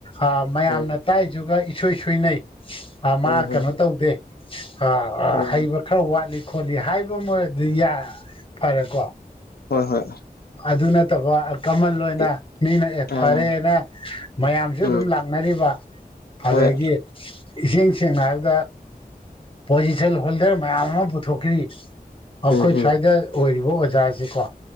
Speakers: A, on the left; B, on the left.
A: ꯑ ꯃꯌꯥꯝꯅ
B: ꯎꯝ
A: ꯇꯥꯛꯏꯗꯨꯒ ꯏꯁꯣꯏ ꯁꯣꯏꯅꯩ ꯑꯥ
B: ꯎꯝ
A: ꯃꯥ ꯀꯅꯣ
B: ꯎꯝ
A: ꯇꯧꯗꯦ ꯑ
B: ꯎꯝ
A: ꯍꯩꯕ ꯈꯔ ꯋꯥꯠꯂꯤ ꯈꯣꯠꯂꯤ ꯍꯥꯏꯕꯃꯗꯤ ꯌꯥ ꯐꯔꯦꯀꯣ
B: ꯍꯣꯏ ꯍꯣꯏ
A: ꯑꯗꯨ ꯅꯠꯇꯕ ꯀꯃꯜ ꯑꯣꯏꯅ
B: ꯑꯩ
A: ꯃꯤꯅ ꯑꯦ
B: ꯑꯥ
A: ꯐꯔꯦꯅ ꯃꯌꯥꯝꯁꯨ
B: ꯎꯝ
A: ꯑꯗꯨꯝ ꯂꯥꯛꯅꯔꯤꯕ ꯑꯗꯒꯤ
B: ꯍꯣꯏ
A: ꯏꯁꯦꯡ ꯁꯦꯡꯅ ꯍꯥꯏꯕꯗ ꯄꯣꯖꯤꯁꯟ ꯍꯣꯜꯗꯔ ꯃꯌꯥꯝ ꯑꯃ ꯄꯨꯊꯣꯛꯈꯤ ꯑꯈꯣꯏ
B: ꯎꯝ ꯍꯝ
A: ꯁ꯭ꯋꯥꯏꯗ ꯑꯣꯏꯔꯤ <unintelligible> ꯑꯣꯖꯥꯖꯤꯀꯣ